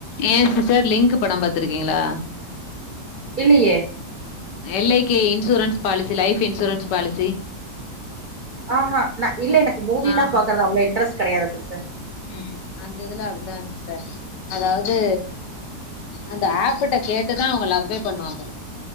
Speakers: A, on the left; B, on the right.
A: ஏ சிஸ்டர் லிங்க்கு படம் பாத்துருக்கீங்களா
B: இல்லியே
A: L I K insurance policy life insurance policy
B: ஆஹா ந இல்ல எனக்கு மூவிலா
A: ஆ
B: பாக்கறது அவ்ளோ இன்ட்ரஸ்ட் கெடயாது சிஸ்டர்
A: ம் அந்த இதுல அப்டிதா சிஸ்ட அதாவ்து அந்த ஆப்பிட்ட கேட்டுதா அவங்க லவ்வே பண்ணுவாங்க